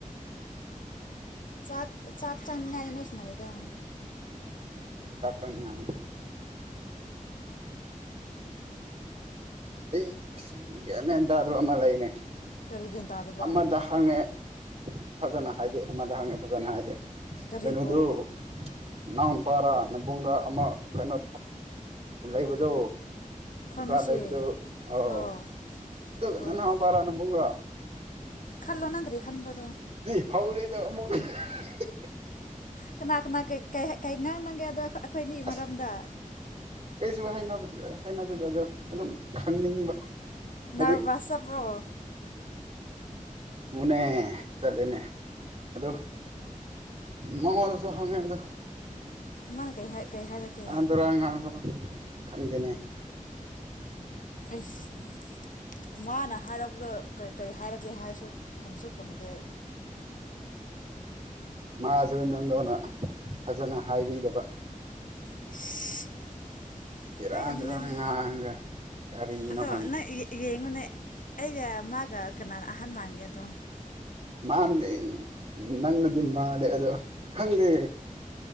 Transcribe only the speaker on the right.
ꯆꯥꯛ ꯆꯪꯅꯉꯥꯢꯅꯤ꯫ ꯑꯩ ꯑꯁ ꯒꯌꯥꯟ ꯃꯦꯟ ꯇꯥꯗꯕ ꯑꯃ ꯂꯩꯅꯦ꯫
ꯑꯃꯗ ꯍꯡꯉꯦ ꯐꯖꯅ ꯍꯥꯏꯗꯦ ꯑꯃꯗ ꯍꯪꯉꯦ ꯐꯖꯅ ꯍꯥꯏꯗꯦ꯫
ꯀꯩꯅꯣꯗꯨ ꯅꯅꯥꯎ ꯅꯨꯄꯥꯔ ꯅꯕꯨꯡꯂ ꯑꯃ ꯀꯩꯅꯣ ꯂꯩꯕꯗꯨ
ꯗꯨꯀꯥꯟ ꯂꯩꯕꯗꯨ ꯑꯥꯎ꯫
ꯑꯗꯨꯒ ꯅꯅꯥꯎꯄꯥꯔꯥ
ꯅꯕꯨꯡꯔꯥ
ꯁꯤ ꯍꯧꯔꯦꯗꯣ ꯑꯃꯨꯛ <unintelligible>
ꯑꯁ
ꯀꯩꯁꯨ ꯍꯥꯏꯅꯕ ꯍꯥꯏꯅꯗꯦꯗ ꯑꯗꯣ ꯑꯗꯨꯝ ꯈꯪꯅꯤꯡꯕ꯫
ꯍꯥꯏꯗꯤ
ꯃꯅꯦ ꯆꯠꯂꯅꯦ ꯑꯗꯣ ꯃꯉꯣꯟꯗꯁꯨ ꯍꯛꯉꯦꯗ
ꯇꯨꯔꯥꯟ ꯉꯥꯡꯊꯣꯛ ꯈꯪꯗꯦꯅꯦ꯫
ꯃꯥꯁ ꯅꯪꯗꯕꯅ ꯐꯖꯅ ꯍꯥꯏꯕꯤꯗꯕ
ꯆꯔꯥꯡ
ꯆꯨꯔꯥꯡ
ꯉꯒ ꯀꯔꯤꯅ
ꯈꯥꯡꯗ
ꯃꯥꯗꯤ ꯅꯪꯅꯗꯤ ꯃꯥꯜꯂꯦ ꯑꯗꯣ ꯈꯪꯗꯦ